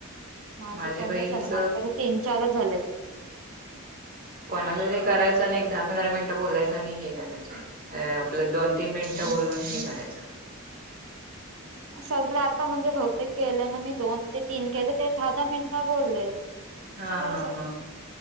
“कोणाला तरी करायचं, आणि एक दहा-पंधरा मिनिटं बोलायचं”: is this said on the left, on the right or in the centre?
Right